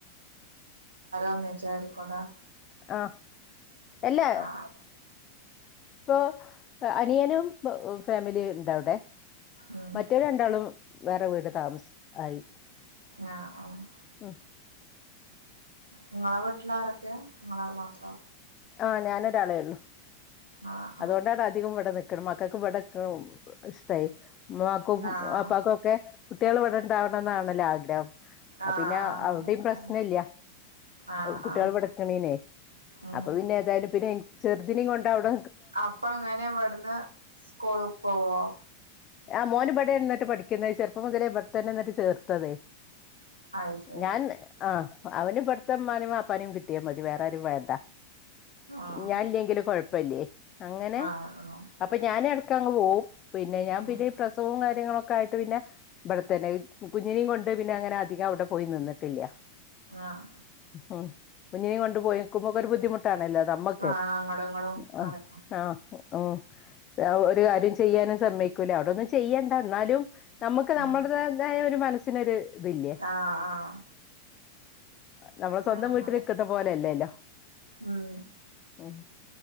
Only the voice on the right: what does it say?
ഒന്നിച്ചായിരിക്കുംല്ലേ
ആഹ്
ഉം
ആ ആ
നിങ്ങളെ വീട്ടില ആരൊക്കെ നിങ്ങള് മാത്രോ
ആഹ്
ആഹ്
ആഹ്
ആഹ്
ആഹ്
ആഹ്
ആഹ്
ഉം
അപ്പൊ അങ്ങനെ ഇവിടുന്ന് സ്കൂളിൽ പോവോ
അത് ശരി
ആഹ്
ആഹ് ആഹ്
ഉം
ആഹ്
ആഹ് അങ്ങടും ഇങ്ങടും
നടക്കാം
ഉം
ആഹ് ആഹ്
ആഹ്
നട
ഉം